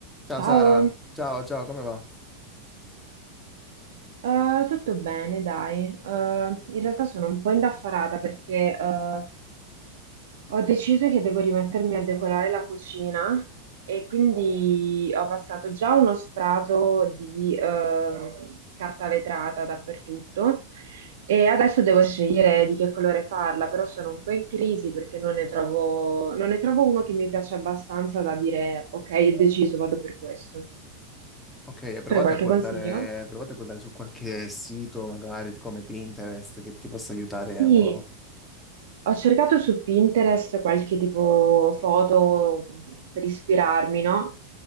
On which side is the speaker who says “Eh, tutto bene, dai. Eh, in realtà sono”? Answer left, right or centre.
Right